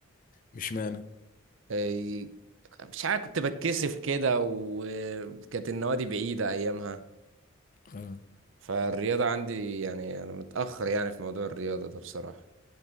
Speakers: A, on the left; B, on the right.
A: مش معنى
B: إيه، مش عارف كنت بتكسف كده وكانت النوادي بعيدة أيامها
A: آه.
B: فالرياضة عندي يعني أنا متأخر يعني في موضوع الرياضة ده بصراحة